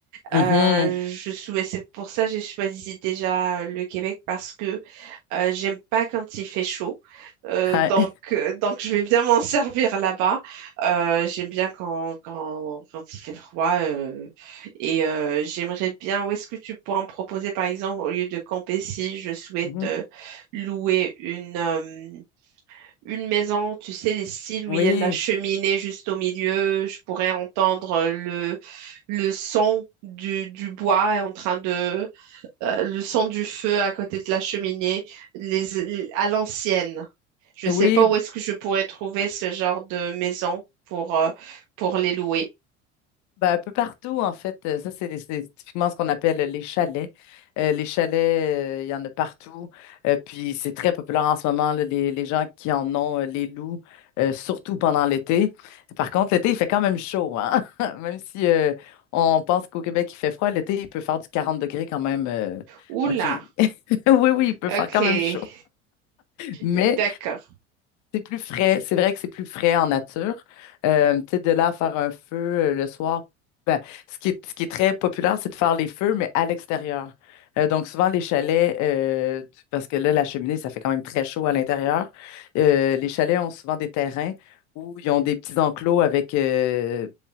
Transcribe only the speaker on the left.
Mhm.
Hi.
Mhm.
Oui.
Oui,
Ben, un peu partout, en fait. Euh, Ça, c'est c'est typiquement ce qu'on appelle les chalets. Euh, les chalets, euh, il y en a partout. Euh, puis, c'est très populaire en ce moment, là, les, les gens qui en ont, euh, les loups, euh, surtout pendant l'été. Par contre, l'été, il fait quand même chaud, hein? <laughs> Même si euh, on pense qu'au Québec, il fait froid, l'été, il peut faire du 40 degrés quand même. euh.
donc, il- <laughs> oui, oui, il peut
faire quand même chaud. Mais
c'est plus frais, c'est vrai que c'est plus frais en nature. Euh, tu sais, de là à faire un feu euh, le soir, ben, ce qui est, ce qui est très populaire, c'est de faire les feux, mais à l'extérieur. Euh, donc souvent les chalets, euh, du- parce que là, la cheminée, ça fait quand même très chaud à l'intérieur. Euh, les chalets ont souvent des terrains où ils ont des petits enclos avec, euh,